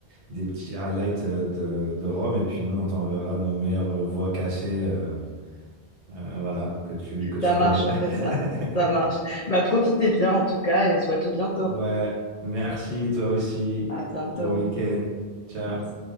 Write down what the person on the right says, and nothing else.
des petits highlights euh, de, de Rome. Et puis nous, on t'enverra nos meilleures euh, voies cassées, euh, euh, voilà, que tu, que tu
connais.
<laughs>
Ouais, merci toi aussi.
Bon week-end. Ciao.